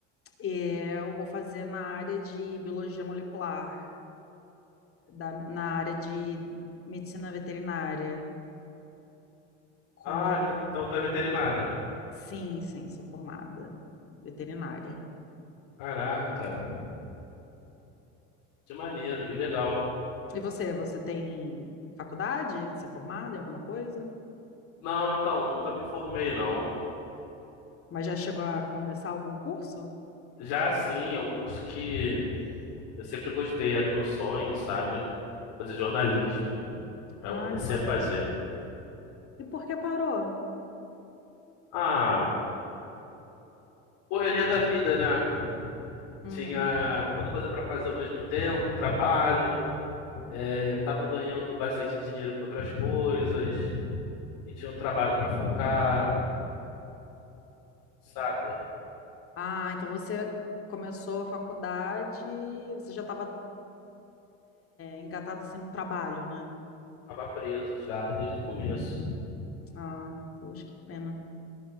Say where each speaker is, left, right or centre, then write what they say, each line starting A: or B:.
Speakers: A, on the left; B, on the left.
A: É, eu vou fazer na área de biologia molecular, da- na área de medicina veterinária. Com...
B: Ah, então então tu é veterinária.
A: Sim, sim, sou formada veterinária.
B: Caraca, que maneiro, que legal.
A: E você, você tem faculdade? Você é formada em alguma coisa?
B: Não, então, nunca me formei, não.
A: Mas já chegou a começar algum curso?
B: Já assim, é um curso que eu sempre gostei, era o meu sonho, sabe? Fazer jornalismo. Aí
A: Ah,
B: eu comecei
A: que bacana.
B: a fazer.
A: E por que parou?
B: Ah, correria da vida, né?
A: Hum.
B: Tinha muita coisa pra fazer ao mesmo tempo, trabalho. é, Eu tava ganhando bastante dinheiro com outras coisas. E tinha um trabalho pra focar, sabe?
A: Ah, então você começou a faculdade, você já estava engatado assim num trabalho, né?
B: Tava preso já, desde o começo.
A: Ah, poxa, que pena.